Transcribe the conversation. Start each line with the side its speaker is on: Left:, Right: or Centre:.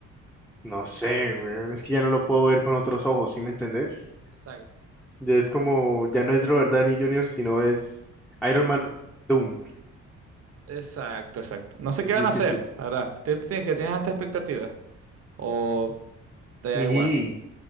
Centre: no sé, weón, es que ya no lo puedo ver con otros ojos, ¿sí me entendés?
Right: Exacto.
Centre: Ya es como, ya no es Robert Downey Jr., sino es Iron Man Doom.
Right: Exacto, exacto. No sé
Centre: Es
Right: qué
Centre: difícil.
Right: van a hacer, la verdad. ¿Tú tienes que tienes altas expectativas? ¿O te da
Centre: Y,
Right: igual?